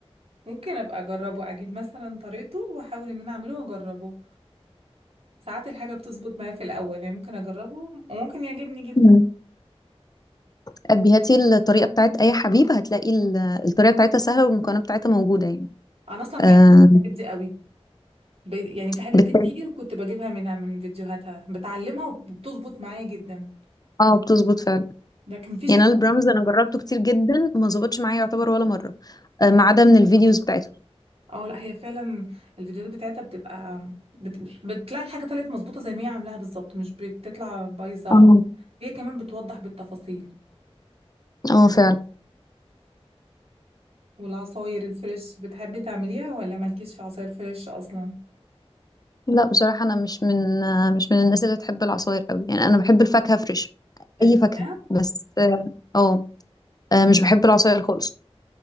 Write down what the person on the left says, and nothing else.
مم. أبي هاتي الطريقة بتاعت أي حبيب هتلاقي ال- الطريقة بتاعتها سهلة والمكونات بتاعتها موجودة يعني
آه
بت...
اه بتظبط فعلا
يعني انا البرامز انا جربته كتير جدا ما ظبطش معايا يعتبر ولا مره آه، ما عدا من الفيديوز بتاعته
اه
اه فعلا
لا بصراحه انا مش من آه، مش من الناس اللي بتحب العصاير قوي يعني انا بحب الفاكهه فريش
اي فاكهه بس اه آه، آه، مش بحب العصاير خالص